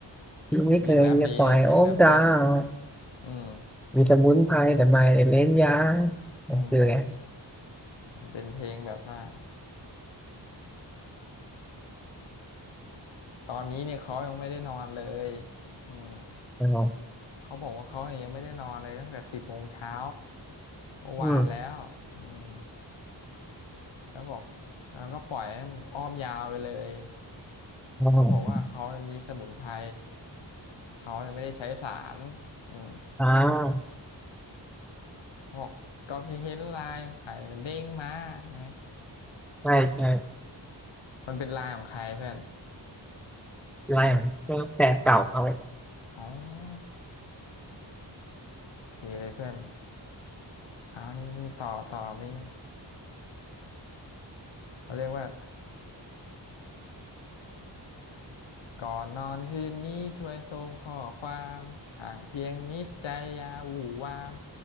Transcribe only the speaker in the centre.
พี่ไม่เคยจะปล่อยโอมดาว
มีสมุนไพรแต่ไม่ได้เล่นยาเนี่ยคือไง
อ๋อ
อืม
อ๋อ
อ่า
ใช่ใช่
ไล่เพลงแฟนเก่าเขาเป